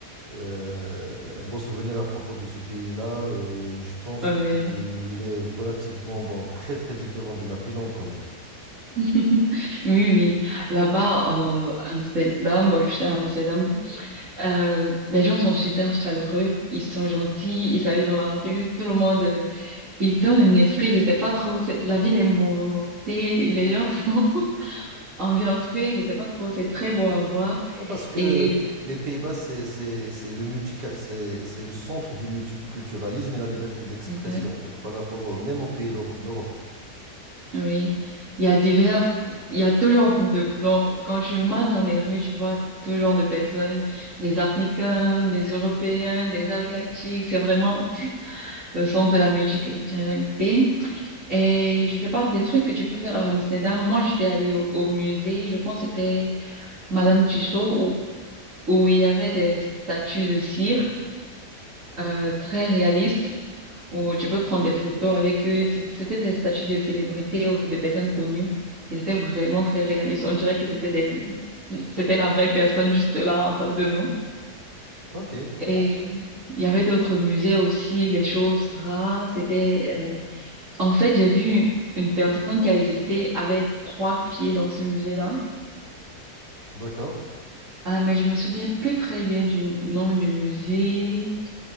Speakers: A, on the right; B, on the right.
A: euh, bons souvenirs à propos de ce pays-là. Euh, je pense
B: Ouais.
A: qu'il est relativement, bon, très, très différent de la Finlande quand même.
B: <laughs> Oui, oui. Là-bas, euh, Amsterdam, bon, je suis à Amsterdam, euh, les gens sont super chaleureux, ils sont gentils, ils s'allient dans la rue, tout le monde, euh, Ils ont un esprit, je sais pas trop. c'est- La ville est mouvementée, les gens sont <laughs> ambiancés, je sais pas trop. C'est très beau à voir.
A: Non, parce que
B: Et
A: les Pays-Bas, c'est c'est- c'est le multi, c'est c'est le centre du multiculturalisme et la liberté d'expression,
B: exact,
A: donc par rapport au- même aux pays d'Euro- d'Europe.
B: oui, il y a divers, il y a toujours de. Donc, quand tu marches dans les rues, tu vois tout genre de personnes, des Africains, des Européens, des Asiatiques. C'est vraiment le centre de la multiculturalité. Et je sais pas des trucs que tu peux faire à Amsterdam. Moi, j'étais allée au, au musée. Je pense que c'était Madame Tussaud où il y avait des statues de cire euh, très réalistes, où tu peux prendre des photos avec eux. C'est- C'était des statues de célébrités ou de personnes connues. Et C'était vraiment très réaliste. On dirait que c'était des... c'était la vraie personne juste là en face de nous.
A: OK,
B: Et il y avait d'autres musées aussi, des choses rares. C'était, euh, en fait, j'ai vu une personne qui a existé avec trois pieds dans ce musée-là.
A: d'accord.
B: Ah, mais je me souviens plus très bien du nom du musée.